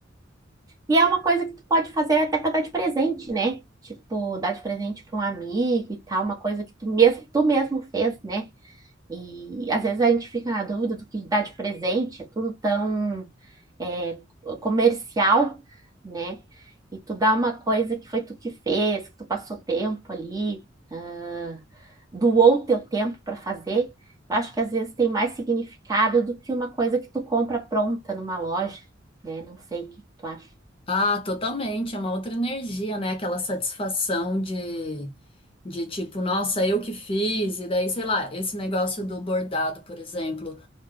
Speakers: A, on the right; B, on the left.
A: E é uma coisa que tu pode fazer até pra dar de presente, né? Tipo, dar de presente pra um amigo e tal, uma coisa que tu mesmo, tu mesmo fez, né? E às vezes a gente fica na dúvida do que dá de presente, é tudo tão é, comercial, né? E tu dá uma coisa que foi tu que fez, que tu passou tempo ali, ah, doou teu tempo para fazer. Eu acho que às vezes tem mais significado do que uma coisa que tu compra pronta numa loja, né? Não sei o que tu acha.
B: Ah, totalmente. É uma outra energia, né? Aquela satisfação de. De tipo, nossa, eu que fiz, e daí, sei lá, esse negócio do bordado, por exemplo.